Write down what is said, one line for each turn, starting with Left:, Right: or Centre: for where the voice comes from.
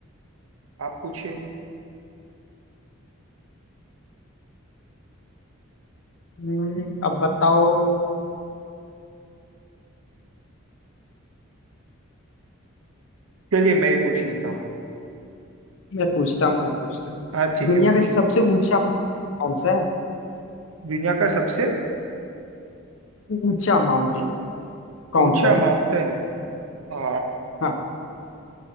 Right: आप पूछिए
Left: हम्म, अब बताओ
Right: चलिए मैं ही पूछ लेता हूँ
Left: मैं पूछता हूँ मैं पूछता हूँ
Right: हाँ ठीक
Left: दुनिया
Right: है पूछिए
Left: का सबसे ऊंचा कौन सा है
Right: दुनिया का सबसे
Left: ऊंचा माउंटेन कौन
Right: ऊंचा
Left: सा है
Right: माउंटेन आ,
Left: हाँ